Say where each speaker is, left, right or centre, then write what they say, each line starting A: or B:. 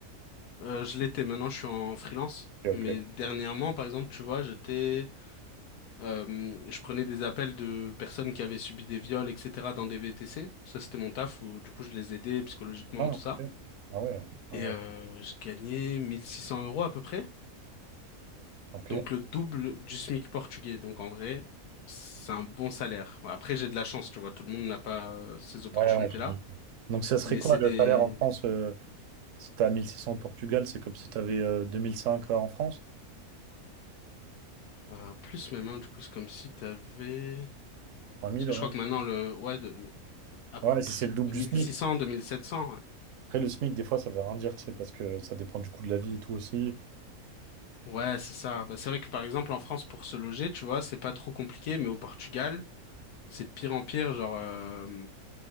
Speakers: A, on the left; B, on the right.
A: Euh, je l'étais, maintenant, je suis en freelance.
B: ok.
A: Mais dernièrement, par exemple, tu vois, j'étais, euh, je prenais des appels de personnes qui avaient subi des viols, etc., dans des VTC. Ça, c'était mon taf où, du coup, je les aidais psychologiquement,
B: Ah,
A: tout
B: ok.
A: ça.
B: Ah ouais. Ah
A: Et
B: ouais.
A: euh, je gagnais 1600 euros à peu près.
B: Ok.
A: donc
B: Ouais,
A: le double du SMIC portugais. Donc en vrai, c'est un bon salaire. Après, j'ai de la chance, tu vois, tout le monde n'a pas euh, ces opportunités-là,
B: ouais, ouais, j'imagine. Donc, ça serait
A: mais
B: quoi
A: c'est des
B: le salaire en France euh, si tu as 1600 au Portugal, c'est comme si tu avais 2005 euh, en France?
A: euh, plus même, hein, du coup, c'est comme si tu avais
B: Trois mille
A: parce que
B: ouais.
A: je crois que maintenant le ouais de, à
B: Ouais, si c'est le double
A: 2600,
B: du SMIC.
A: 2700. Ouais,
B: Après, le SMIC, des fois, ça veut rien dire, tu sais, parce que ça dépend du coût de la vie et tout aussi.
A: Ouais, c'est ça. Bah, c'est vrai que par exemple en France pour se loger, tu vois, c'est pas trop compliqué, mais au Portugal, c'est de pire en pire, genre euh,